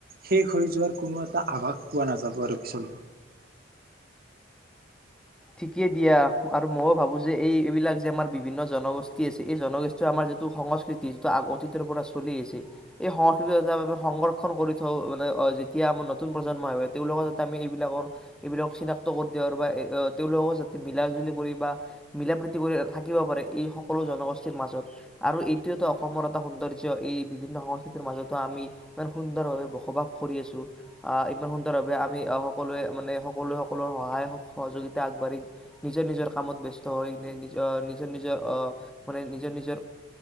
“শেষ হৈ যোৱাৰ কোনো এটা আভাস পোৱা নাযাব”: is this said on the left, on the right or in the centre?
Right